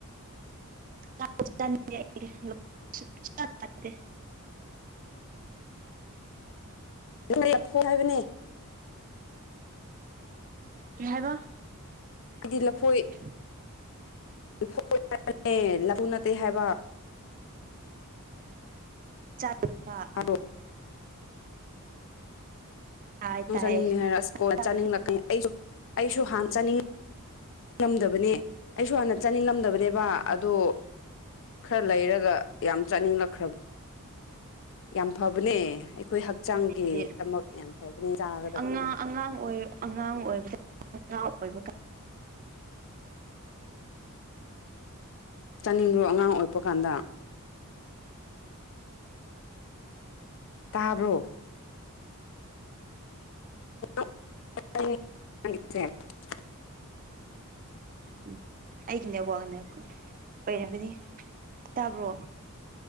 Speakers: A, on the right; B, on the left.
A: ꯆꯥꯁꯨ ꯆꯥꯅꯤꯡꯗꯦ ꯑꯩꯗꯤ ꯂꯐꯣꯏ ꯁꯨꯡꯆꯥ ꯆꯥꯅꯤꯡꯗꯦ
B: ꯅꯪꯗꯤ ꯂꯐꯣꯏ ꯍꯥꯏꯕꯅꯦ
A: ꯀꯩ ꯍꯥꯏꯕ
B: ꯑꯩꯗꯤ ꯂꯐꯣꯏ
A: <inaudible>
B: ꯂꯐꯣꯏ ꯍꯥꯏꯕꯅꯦ ꯂꯐꯨ ꯅꯠꯇꯦ ꯍꯥꯏꯕ
A: ꯆꯠꯄ
B: ꯊꯗꯣꯛ
A: ꯍꯥꯏ
B: ꯅꯨꯡ
A: ꯇꯥꯏꯌꯦ
B: ꯆꯥꯅꯤꯡꯗꯦ ꯍꯥꯏꯔꯛ ꯑꯁ ꯀꯣꯟꯅ
A: ꯆꯥꯗꯕ
B: ꯆꯥꯅꯤꯡꯂꯛꯀꯅꯤ ꯑꯩꯁꯨ ꯑꯩꯁꯨ ꯍꯥꯟ ꯆꯥꯅꯤꯡ ꯆꯥꯅꯤꯡꯉꯝꯗꯕꯅꯦ ꯑꯩꯁꯨ ꯍꯥꯟꯅ ꯆꯥꯅꯤꯡꯂꯝꯗꯕꯅꯦꯕ
A: ꯎꯝ
B: ꯑꯗꯣ ꯈꯔ ꯂꯩꯔꯒ ꯑꯗꯨꯒ ꯌꯥꯝ ꯆꯥꯅꯤꯡꯂꯛꯈ꯭ꯔꯕ ꯌꯥꯝ ꯐꯕꯅꯦ ꯑꯩꯈꯣꯏ ꯍꯛ ꯍꯛꯆꯥꯡꯒꯤꯗꯃꯛ
A: ꯍꯥꯏꯗꯤ
B: ꯌꯥꯝ ꯐꯕꯅꯤ ꯆꯥꯒꯗꯕꯅꯤ
A: ꯑꯉꯥꯡ ꯑꯉꯥꯡ ꯑꯣꯏ ꯑꯉꯥꯡ ꯑꯣꯏꯕꯗ ꯑꯉꯥꯡ ꯑꯣꯏꯕꯀꯣ
B: ꯆꯥꯅꯤꯡꯕ꯭ꯔꯣ ꯑꯉꯥꯡ ꯑꯣꯏꯕ ꯀꯥꯟꯗ ꯇꯕꯔꯣ ꯦ <inaudible>
A: ꯎꯝ ꯑꯩꯒꯤꯅꯦ ꯅꯦꯠꯋꯥꯛꯅ ꯑꯣꯏꯔꯝꯒꯅꯤ ꯇꯥꯕ꯭ꯔꯣ